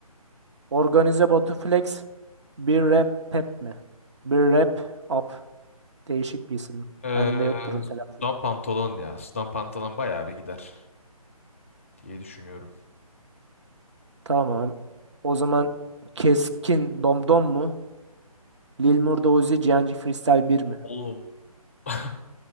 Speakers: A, on the right; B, on the left.
A: Organize Batu Flex bir rap pep mi? Bir rap up. Değişik bir isim.
B: Ee,
A: Bende yok bunun telaffuz.
B: sudan pantolon ya. Sudan pantolon bayağı bir gider diye düşünüyorum.
A: Tamam. O zaman Keskin Domdom mu? Lil Murda Uzi Cihancı Freestyle 1 mi?
B: Oğlum. <laughs>